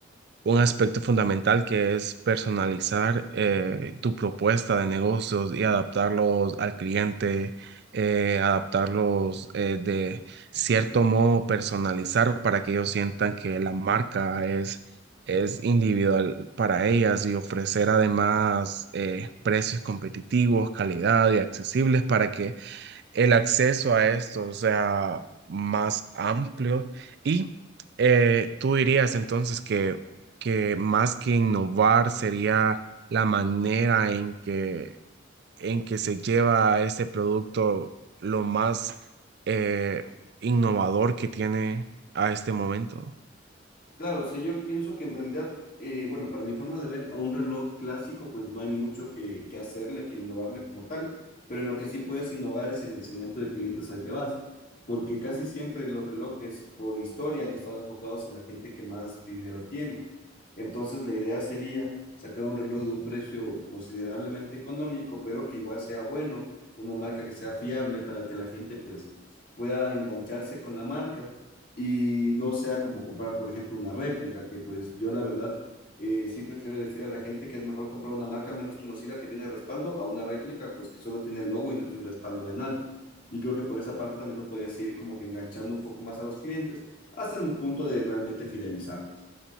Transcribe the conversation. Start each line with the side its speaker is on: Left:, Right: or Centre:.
Right: un aspecto fundamental que es personalizar eh, tu propuesta de negocios y adaptarlos al cliente, eh, adaptarlos eh, de cierto modo, personalizar para que ellos sientan que la marca es, es individual para ellas y ofrecer además eh, precios competitivos, calidad y accesibles para que el acceso a esto sea más amplio y eh, tú dirías entonces que, que más que innovar sería la manera en que, en que se lleva este producto lo más eh, innovador que tiene a este momento.
Left: Claro, o sea, yo pienso que en realidad, eh, bueno, para mi forma de ver, a un reloj clásico, pues no hay mucho que, que hacerle, que innovarle como tal, pero en lo que sí puedes innovar es en el segmento de clientes al que vas, porque casi siempre los relojes por historia han estado enfocados en la gente que más dinero tiene. Entonces, la idea sería sacar un reloj de un precio considerablemente económico, pero que igual sea bueno, una marca que sea fiable para que la gente pues pueda engancharse con la marca y no sea como comprar, por ejemplo, una réplica, que pues yo la verdad eh, sí prefiero decir a la gente que es mejor comprar una marca menos conocida que tiene respaldo a una réplica pues que solo tiene el logo y no tiene respaldo de nadie. Y creo que por esa parte también lo puedes ir como que enganchando un poco más a los clientes hasta un punto de realmente fidelizarlos.